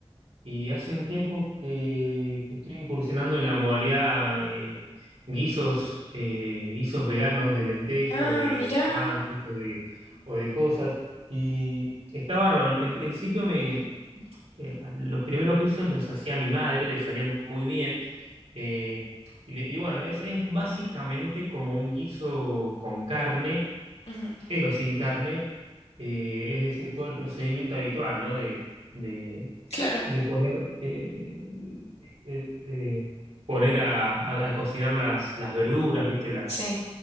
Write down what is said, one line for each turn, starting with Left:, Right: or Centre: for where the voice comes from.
Right: Y hace un tiempo que, que estoy incursionando en la modalidad eh, guisos, eh, guisos veganos de lenteja
Left: Ah,
Right: o de
Left: mira.
Right: garbanzos o de, o de cosas. Y está bárbaro. En principio me, eh, los primeros guisos los hacía mi madre, le salían muy bien. eh, y, le- y bueno, es, es básicamente como un guiso con carne
Left: Ujú,
Right: pero sin carne, eh, es decir, todo el procedimiento habitual, ¿no? De, de,
Left: Claro,
Right: de poner, eh, de- de poner a, a- a cocinar las, las verduras, ¿viste? Las,
Left: sí.